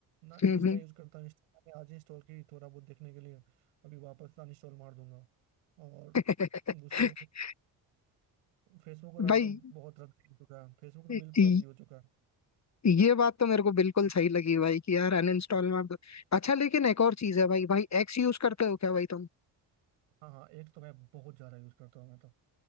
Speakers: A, on the right; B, on the left.
A: ना
B: हम्म।
A: इंस्टा यूज करता हूँ इंस्टा मैंने आज इंस्टॉल की थोड़ा बहुत देखने के लिए अभी वापस अनइंस्टॉल मार दूंगा और
B: <laughs>
A: दूसरी बात, फेसबुक
B: भाई
A: रहा तो बहुत रद्दी हो चुका है फेसबुक तो
B: ये
A: बिल्कुल रद्दी हो चुका है
B: ये बात तो मेरे को बिल्कुल सही लगी भाई कि यार अनइंस्टॉल मत अच्छा लेकिन एक और चीज है भाई भाई एक्स यूज करते हो क्या भाई तुम
A: हाँ हाँ एक तो मैं बहुत ज़्यादा यूज करता हूँ मैं तो